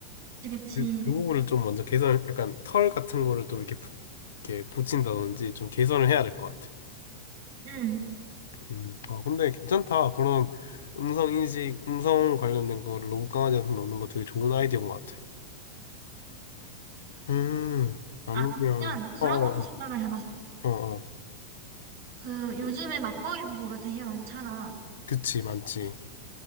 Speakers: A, on the right (about 55°); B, on the left (about 60°).
A: 그치, 그치.
B: 그, 그 부분을 좀 먼저 개선, 약간 털 같은 거를 좀 이렇게, 부- 이렇게 붙인다든지 좀 개선을 해야 될 것 같아.
A: 응.
B: 음, 아, 근데 괜찮다. 그런 음성 인식, 음성 관련된 거 로봇 강아지한테 넣는 거 되게 좋은 아이디어인 것 같아.
A: 응
B: 음, 아니면,
A: 아니면 그런
B: 어어어,
A: 것도 생각을 해봤어.
B: 어어,
A: 그 요즘에 맞벌이 부부가 되게 많잖아.
B: 그치, 많지.